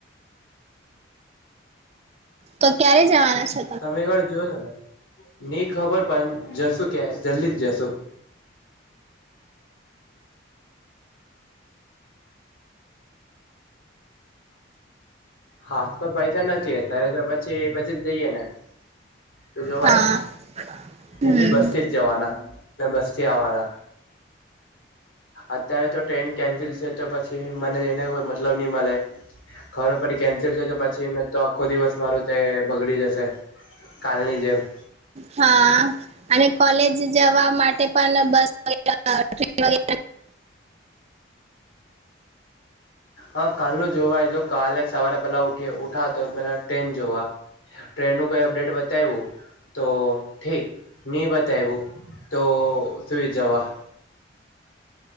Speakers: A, on the right (about 35°); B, on the left (about 85°).
A: તો ક્યારે જવાના છે.
B: તમે એક વાર જોજો ને નહી ખબર પણ જશો કે જલ્દી જ જશો- હાથ તો પૈસા નથી અત્યારે તો પછી પછી જ જઈએ ને તો જોવાય-
A: હા હમ
B: એમી બસ થી જ જવાના બસ થી આવવાના અત્યારે તો ટ્રેન કેન્સલ છે તો પછી મને જઈને કોઈ મતલબ નહી મળે- ઘર પછી કેન્સર છે તો પછી મેં તો આખો દિવસ મારું તે બગડી જશે કાલની જેમ-
A: હા અને કોલેજ જવા માટે પણ બસ- <unintelligible> ટ્રેન વગેરે
B: હા કાલનું જોવાય જો કાલે સવારે પેલા ઊઠી ઉઠા તો પેલા ટ્રેન જોવા ટ્રેન નું કઈ અપડેટ બતાવ્યું તો ઠીક નહીં બતાવવું તો સુઈ જવા-